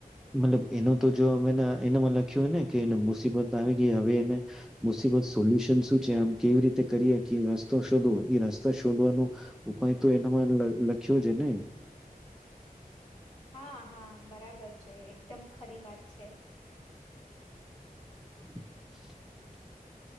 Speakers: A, in the centre; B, on the left.
A: મતલબ એનો તો જો અમે એનામાં લખ્યો હોય ને કે એને મુસીબત આવી ગઈ હવે એને મુસીબત સોલ્યુશન શું છે આમ કેવી રીતે કરીએ કે રસ્તો શોધવો એ રસ્તા શોધવાનો ઉપાય તો એનામાં લખ્યો છે ને
B: હા હા બરાબર છે. એકદમ ખરી વાત છે.
A: <inaudible>